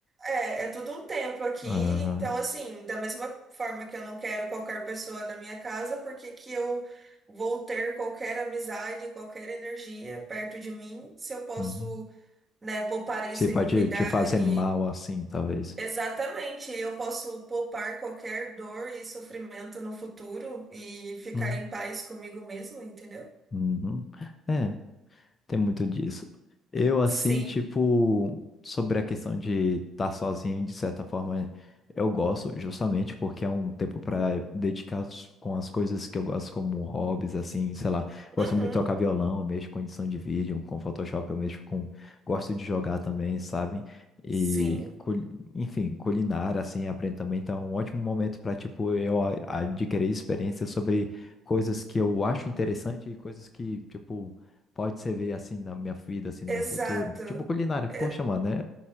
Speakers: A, on the right (about 20°); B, on the left (about 35°).
A: é, é tudo um templo aqui,
B: Aham,
A: então assim, da mesma forma que eu não quero qualquer pessoa na minha casa, porque que que eu vou ter qualquer amizade, qualquer energia perto de mim, se eu posso,
B: uhum.
A: né, poupar
B: Você
A: isso
B: pode
A: e me cuidar
B: te fazer
A: e
B: mal assim, talvez.
A: exatamente, eu posso poupar qualquer dor e sofrimento no futuro e ficar
B: Uhum,
A: em paz comigo mesmo, entendeu?
B: uhum. É. Tem muito disso. Eu, assim,
A: Sim.
B: tipo, sobre a questão de estar sozinho, de certa forma, eu gosto, justamente porque é um tempo para dedicar s- com as coisas que eu gosto, como hobbies, assim, sei lá. Gosto
A: Uhum.
B: muito de tocar violão, eu mexo com edição de vídeo, com Photoshop, eu mexo com. Gosto de jogar também, sabe? E,
A: Sim,
B: cul- enfim, culinária, assim, aprendo também. Então, é um ótimo momento para, tipo, eu a- adquirir experiência sobre coisas que eu acho interessante e coisas que, tipo pode ser ver assim na minha vida, assim
A: exato.
B: no meu futuro. Tipo culinária, poxa,
A: É-
B: mano, né